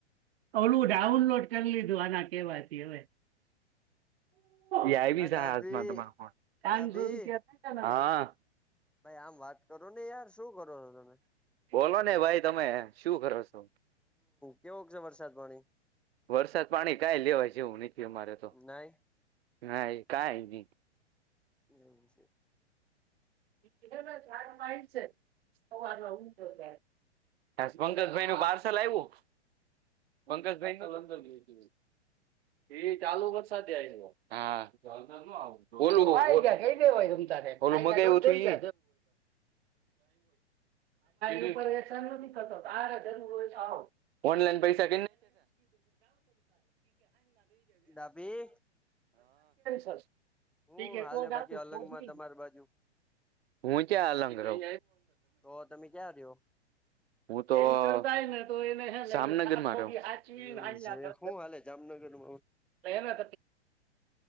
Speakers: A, on the right (about 60°); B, in the centre.
A: ઓલું ડાઉનલોડ કરી લીધું, આના કેવાથી હવે એ આયવી
B: આ
A: ઝ
B: ડાભી
A: હાઝમાં <unintelligible> પાનસો
B: ડાભી
A: રૂપિયા ખાતામાં. હા.
B: ભાઈ, આમ વાત કરો ને યાર. શું કરો છો તમે?
A: બોલો ને ભાઈ, તમે શું કરો શો?
B: કેવુક છે વરસાદ પાણી?
A: વરસાદ પાણી કાઈ લેવાય જેવું નથી અમારે તો.
B: નાઈ
A: હા, એ કાઈ ની.
B: એવુ શે.
A: ઈતનેમે ચાર વાઈ શે, સવારમાં ઉઠો ત્યારે. હાસુ પંકજભાઈનું પાર્સલ આયવું. પંકજભાઈ <unintelligible> એ ચાલુ વરસાદે આયવો. હા. અંદર ન આવુ <unintelligible> <unintelligible> ઓલુ મગાવ્યું તું ઈ <unintelligible> <unintelligible> ઈ કોઈ અહેસાન નથી થતો. <unintelligible> ઓનલાઈન પૈસા
B: ડાભી
A: <unintelligible> <unintelligible> હન. <unintelligible>
B: હું હાલે બાકી અલંગમાં તમારી બાજુ
A: હું ક્યાં અલંગ રવ.
B: તો તમે ક્યાં રયો?
A: હું તો <inaudible> જસામનગરમાં રઉ <unintelligible>
B: એવું છે હું હાલે જામનગરમાં
A: <unintelligible> કરને